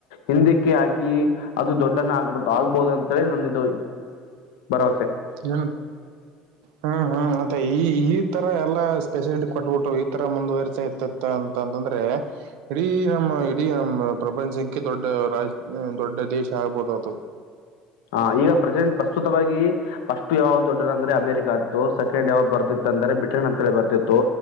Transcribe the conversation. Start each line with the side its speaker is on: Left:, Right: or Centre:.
Left: ಹಿಂದಿಕ್ಕೆ ಹಾಕಿ ಅದು ದೊಡ್ಡನ್ನ ಆಗ್ಬಿಡ್ತು ಆಗ್ಬೋದ ಅಂತ ಹೇಳಿ ನನ್ನ ಇದು ಬರವಸೆ.
Right: ಹ್ಮ ಹ್ಮ್ ಹ್ಮ್ ಮತ್ತೆ ಈ ಈ ತರ ಎಲ್ಲಾ ಸ್ಪೆಷಲಿಟಿ ಕೊಟ್ಬಿಟ್ಟು ಈ ತರ ಮುಂದುವರ್ತಾ ಇತತ್ತ ಅಂತ ಅಂತಂದ್ರೆ ಇಡೀ ನಮ್ಮ ಇಡೀ ನಮ್ಮ ಪ್ರಪಂಚಕ್ಕೆ ದೊಡ್ಡ ರಾಜ್ ದೊಡ್ಡ ದೇಶ ಆಗ್ಬೋದ ಆತವೂ
Left: ಹ ಈಗ ಪ್ರೆಸೆಂಟ್ ಪ್ರಸ್ತುತವಾಗಿ ಫಸ್ಟ್ ಯಾವ್ದ ದೊಡ್ಡ ಅಂದ್ರೆ ಅಮೆರಿಕ ಆ ಇತ್ತು ಸೆಕೆಂಡ್ ಯಾವ್ದ್ ಬರ್ತೈತಿ - ಅಂತಂದ್ರೆ ಬ್ರಿಟನ್ ಅಂತ ಹೇಳಿ ಬರ್ತಿತ್ತು